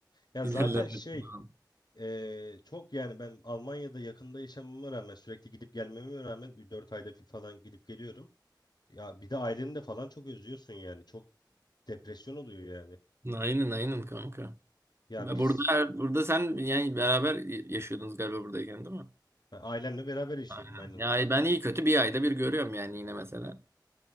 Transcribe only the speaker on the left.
Ya
zaten şey
Ee, çok yani ben Almanya'da yakında yaşamama rağmen sürekli gidip gelmeme rağmen 4 ayda fi- falan gidip geliyorum. Ya bir de aileni de falan çok özlüyorsun yani. Çok depresyon oluyor yani.
Ya
biz
ben ailemle beraber yaşıyordum
aynen.